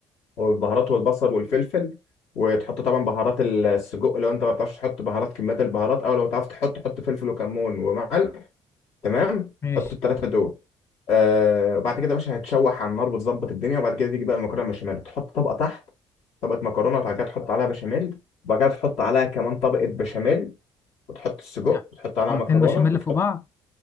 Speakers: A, on the left; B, on the left.
A: والبهارات والبصل والفلفل وتحط طبعا بهارات السجق لو انت ما بتعرفش تحط بهارات كميات البهارات او لو تعرف تحط حط فلفل وكمون وملح تمام
B: ماشي
A: حط الثلاثه دول آه وبعد كده يا باشا هتشوح على النار وتظبط الدنيا وبعد كده تيجي بقى المكرونه البشاميل تحط طبقه تحت طبقه مكرونه وبعد كده تحط عليها بشاميل وبعد كده تحط عليها كمان طبقه بشاميل وتحط السجق
B: آه،
A: وتحط عليها
B: حطين
A: مكرونه
B: بشاميل
A: وتحط
B: في بعض